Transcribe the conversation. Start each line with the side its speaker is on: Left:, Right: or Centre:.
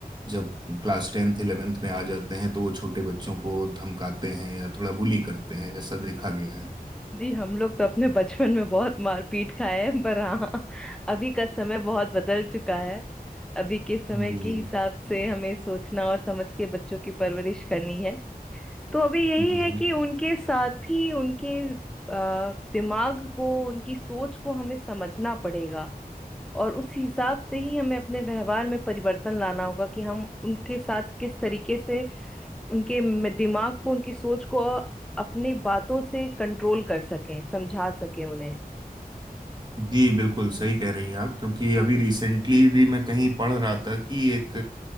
Right: जब क्लास टेंथ इलेवेंथ में आ जाते हैं तो वो छोटे बच्चों को धमकाते हैं या थोड़ा बुली करते हैं ऐसा देखा गया है
Centre: जी हम लोग तो अपने बचपन में बहुत मारपीट खाए हैं पर हाँ अभी का समय बहुत बदल चुका है अभी के समय
Right: जी
Centre: के हिसाब से हमें सोचना और समझ के बच्चों की परवरिश करनी है तो अभी यही
Right: जी
Centre: है कि उनके साथ ही उनके अ, दिमाग को उनकी सोच को हमें समझना पड़ेगा और उस हिसाब से ही हमें अपने व्यवहार में परिवर्तन लाना होगा कि हम उनके साथ किस तरीके से उनके म- दिमाग को उनकी सोच को अपनी बातों से कंट्रोल कर सकें समझा सकें उन्हें
Right: जी बिल्कुल सही कह रही हैं आप क्योंकि अभी रिसेंटली भी मैं कहीं पढ़ रहा था कि एक